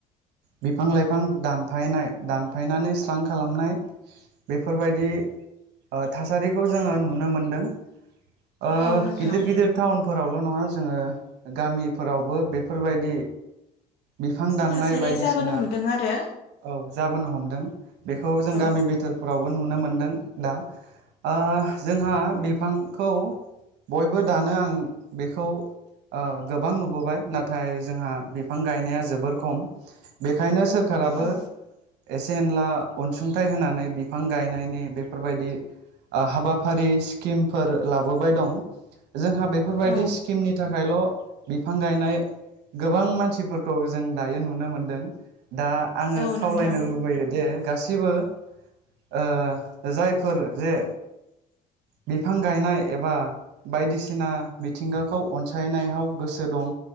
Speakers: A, on the right; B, on the left.
A: बिफां लाइफां दानफायनाय दानफायनानै स्रां खालामनाय बेफोरबायदि ओ थासारिखौ जोङो नुनो मोनदों ओ
B: औ नोंथां
A: गिदिर गिदिर टाउन फोरावल' नङा जोङो गामिफोरावबो बेफोरबायदि बिफां दाननाय
B: थासारिया
A: बायदिसिना
B: जाबोनो हमदों आरो
A: औ जाबोनो हमदों बेखौ जों
B: औ
A: गामि बिथोरफोरावबो नुनो मोन दों दा ओ जोंहा बिफांखौ बयबो दानो आं बेखौ ओ गोबां नुबोबाय नाथाय जोंहा बिफां गायनाया जोबोर खम बेखायनो सोर खाराबो
B: औ
A: एसे एनला अनसुंथाइ होनानै बिफां गायनायनि बेफोरबायदि आ हाबाफारि स्किमफोर लाबोबाय दं जोंहा बेफोरबायदि
B: औ
A: स्किमनि था खायल' बिफां गायनाय गोबां मानसिफोरखौ जों दायो नुनो मोनदों। दा आङो
B: औ
A: खावलायनो
B: नोंथां
A: लुबैयोदे गासैबो ओ जायफोर जे बिफां गायनाय एबा बायदिसिना मिथिंगा अनसायनायाव गोसो दं